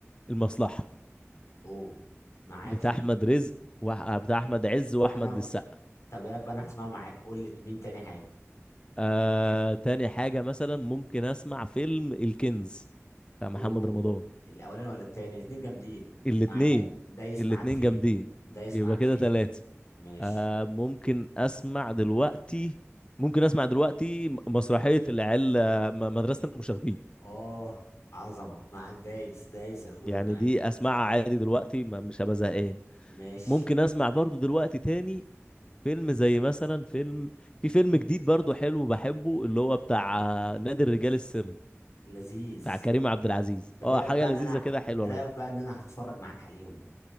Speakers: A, on the left (about 20°); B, on the left (about 75°).
A: المصلحة
B: اوه معاك
A: بتاع
B: فيه
A: احمد رزق وح... بتاع احمد عز واحمد
B: انا
A: السقا
B: طب ايه رايك بقى انا هسمعه معاك قول لي مين تاني حاجه
A: آه... تاني حاجة مثلا ممكن اسمع فيلم الكنز بتاع محمد
B: اوه
A: رمضان
B: الاولاني ولا التاني الاتنين جامدين
A: الاتنين
B: معاك دايس
A: الاتنين
B: معاك فيه
A: جامدين
B: دايس
A: يبقى
B: معاك
A: كده
B: فيه
A: تلاتة
B: ماشي
A: آه... ممكن اسمع دلوقتي ممكن اسمع دلوقتي مسرحية العيال آه، م- مدرسة المشاغبين
B: اه عظمه معاك دايس دايس يا اخويا
A: يعني
B: في معاك
A: دي اسمعها عادي دلوقتي ما مش هبقى زهقان
B: ماشي
A: ممكن اسمع برضو دلوقتي تاني فيلم زي مثلا فيلم في فيلم جديد برضو حلو بحبه اللي هو بتاع آه، نادي الرجال السري
B: لذيذ
A: بتاع كريم عبد العزيز
B: طب
A: اه
B: ايه رايك
A: حاجة
B: بقى ان
A: لذيذة
B: انا
A: كده حلوة
B: إيه
A: لايت
B: رايك بقى ان انا هتفرج معاك عليهم